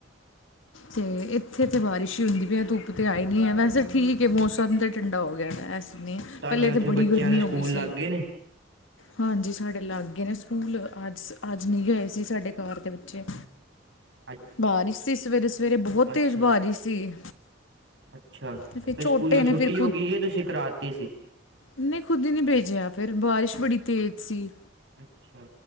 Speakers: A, on the left; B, on the right.
A: ਤੇ ਏਥੇ ਤੇ ਬਾਰਿਸ਼ ਈ ਹੁੰਦੀ ਪੀਏ। ਧੁੱਪ ਤੇ ਆਈ ਨੀਏ ਵੈਸੇ ਠੀਕਏ ਮੌਸਮ ਤੇ ਠੰਡਾ ਹੋ ਗੇਆ ਨਾ ਏਸ ਨੀ,
B: ਤੁਹਾਡੇ
A: ਪੇਲੇ
B: ਉੱਥੇ
A: ਤੇ ਬੜੀ
B: ਬੱਚਿਆਂ
A: ਗਰਮੀ
B: ਦੇ ਸਕੂਲ
A: ਹੋ ਗਈ ਸੀ।
B: ਲੱਗ ਗਏ ਨੇ
A: ਹਾਂਜੀ, ਸਾਡੇ ਲਾੱਗੇ ਨੇ ਸੂਕੂਲ। ਅਜ-ਅਜ ਨੀ ਗਏ ਸੀ ਸਾਡੇ ਘਾਰ ਦੇ ਬੱਚੇ।
B: <inaudible>
A: ਬਾਰਿਸ ਸੀ ਸਵੇਰੇ-ਸਵੇਰੇ ਬੋਹਤ
B: ਅੱਛਾ
A: ਤੇਜ਼ ਬਾਰਿਸ ਸੀ।
B: ਅੱਛਾ,
A: ਤੇ ਫਿਰ
B: ਫੇਰ
A: ਛੋਟੇ
B: ਸਕੂਲੇ
A: ਨੇ
B: ਛੁੱਟੀ
A: ਫਿਰ
B: ਹੋ ਗਈ ਏ ਤੁਸੀਂ ਕਰਾਤੀ ਸੀ।
A: ਨਈ ਖੁਦ ਈ ਨਈ ਭੇਜਿਆ ਫੇਰ ਬਾਰਿਸ਼ ਬੜੀ ਤੇਜ਼ ਸੀ।
B: ਅੱਛਾ।